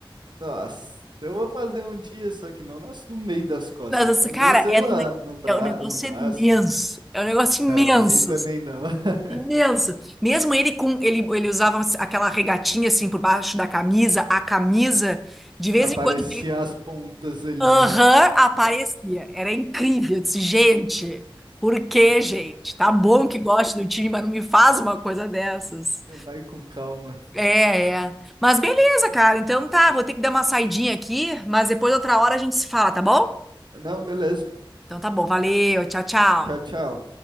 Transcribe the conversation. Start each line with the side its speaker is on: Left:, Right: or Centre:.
Right: Nossa, eu vou fazer um dia, só que não nasce no meio das costas,
Centre: Mas, assim,
Right: vou fazer,
Centre: cara,
Right: sei
Centre: é,
Right: lá,
Centre: um-
Right: no bra...
Centre: é um negócio
Right: no braço,
Centre: imenso.
Right: né?
Centre: É um negócio imenso.
Right: Não, aí também não. <laughs>
Centre: Imenso. Mesmo ele com ele, ele usava assim, aquela regatinha assim por baixo da camisa, a camisa. De vez
Right: Aparecia
Centre: em quando.
Right: as pontas ali.
Centre: Aham, aparecia. Era incrível. Eu disse, gente, por que, gente? Tá bom que goste do time, mas não me faz uma coisa dessas.
Right: Vai com calma.
Centre: É, é. Mas beleza, cara. Então tá, vou ter que dar uma saidinha aqui, mas depois outra hora a gente se fala, tá bom?
Right: Não, beleza.
Centre: Então tá bom, valeu, tchau, tchau.
Right: Tchau, tchau.